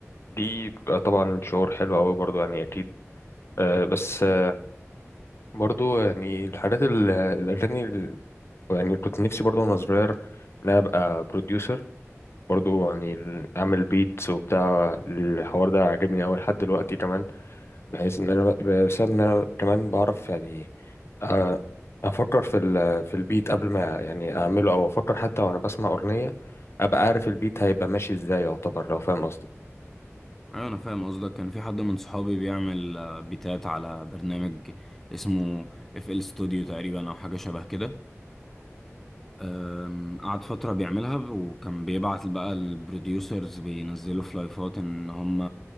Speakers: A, on the left (about 55°); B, in the centre.
A: دي بيبقى طبعا شعور حلو أوي برضو يعني أكيد آه، بس آه، برضو يعني الحاجات ال- الأغاني ال- يعني كنت نفسي برضو وأنا صغير إن أنا أبقى بروديوسر برضو يعني ال- أعمل بيتس وبتاع الحوار ده عاجبني أوي لحد دلوقتي كمان بحيث ان انا بسبب ان انا كمان بعرف يعني أ- افكر في ال- في البيت قبل ما يعني اعمله او افكر حتى وانا بسمع اغنيه ابقى عارف البيت هيبقى ماشي ازاي يعتبر لو فاهم قصدي
B: ايوه انا فاهم قصدك كان في حد من صحابي بيعمل آه، بيتات على برنامج اسمه اف ال ستوديو تقريبا او حاجه شبه كده أم، قعد فتره بيعملها وكان بيبعت بقى البروديوسرز بينزلوا في لايفات ان هم